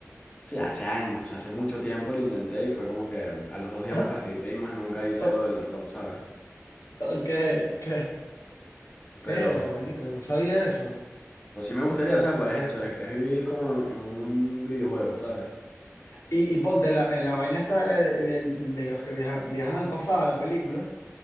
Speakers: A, on the left; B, on the left.
A: Sí, hace años, o sea, hace mucho tiempo lo intenté y fue como que a los dos días
B: <laughs>
A: me fastidié y más nunca hice
B: oh,
A: lo del reloj, ¿sabes?
B: ok, ok.
A: Pero,
B: Verga, marico, no sabía eso.
A: pues sí me gustaría, o sea, pues eso, es, es vivir como en un videojuego, ¿sabes?
B: Y, y ponte en la, en la vaina esta de, de- de los que viajan, viajan al pasado, a la película,